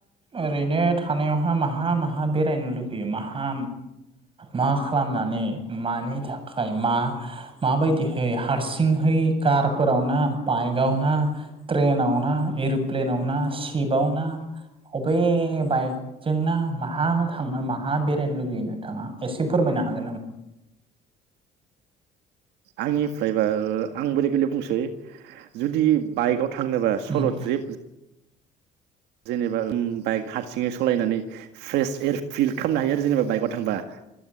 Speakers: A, on the right; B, on the right.
A: ओरैनो थानायावहा मा माहा माहा बेरायनो लुबैयो माहा मा खालामनानै मानि थाखायाय मा माबायदिहै हारसिंहै कारफोराव नो बाइकआव नो ट्रेनाव ना एर'प्लेनाव ना सिपआव ना बबे बाइक जोंना माहा थाङो माहा बेरायनो लुबैनो थाङा एसे फोरमायनो हागोन नामा
B: आंनिफ्रायबा आं बेलेग बेलेग बुंसै जुदि बाइकआव थाङनोबा सल'
A: उम
B: ट्रिप जेनेबा बाइक हारसिङै सालायनानै फ्रेस एयार फिल खालामनो हायो आरो जेनेबा बाइकआव थांबा